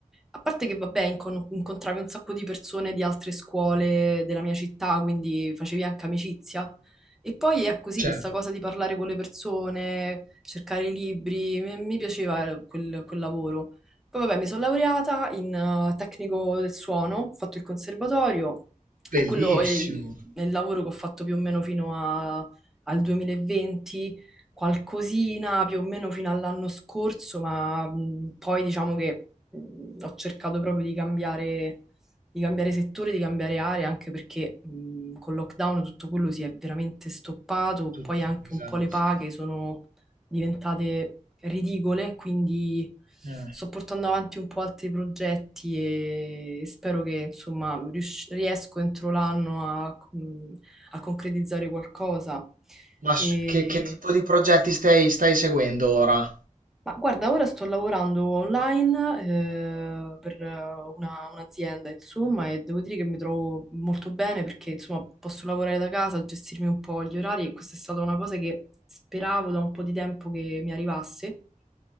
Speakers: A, in the centre; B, on the right (about 85°).
A: a parte che, vabbè, incon- incontravi un sacco di persone di altre scuole della mia città, quindi facevi anche amicizia. E poi è così
B: cioè,
A: questa cosa di parlare con le persone, cercare i libri, mi, mi piaceva eh, quel, quel lavoro. Poi vabbè, mi sono laureata in eh, tecnico del suono, ho fatto il conservatorio
B: bellissimo.
A: e quello è, è il lavoro che ho fatto più o meno fino a- al 2020, qualcosina più o meno fino all'anno scorso, ma mh, poi diciamo che mh, ho cercato proprio di cambiare di cambiare settore, di cambiare area, anche perché mh, col lockdown tutto quello si è veramente stoppato,
B: Tutto
A: poi
B: un
A: anche
B: disastro.
A: un po' le paghe sono diventate ridicole, quindi
B: Mm.
A: sto portando avanti un po' altri progetti e spero che insomma rius- riesco entro l'anno a, mh, a concretizzare qualcosa.
B: Ma s-
A: E
B: che, che tipo di progetti stai, stai seguendo ora?
A: ma guarda, ora sto lavorando online eh, per eh, una- un'azienda, insomma, e devo dire che mi trovo molto bene perché, insomma, posso lavorare da casa, gestirmi un po' gli orari e questa è stata una cosa che speravo da un po' di tempo che mi arrivasse.